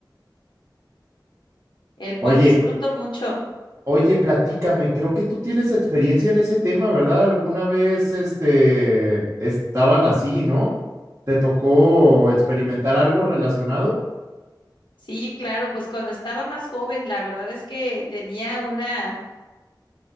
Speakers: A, on the left; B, on the right.
A: el
B: Oye,
A: cual disfruto mucho.
B: Oye, platícame, creo que tú tienes experiencia en ese tema, ¿verdad? Alguna vez, este, estaban así, ¿no? ¿Te tocó experimentar algo relacionado?
A: Sí, claro, pues cuando estaba más joven, la verdad es que tenía una,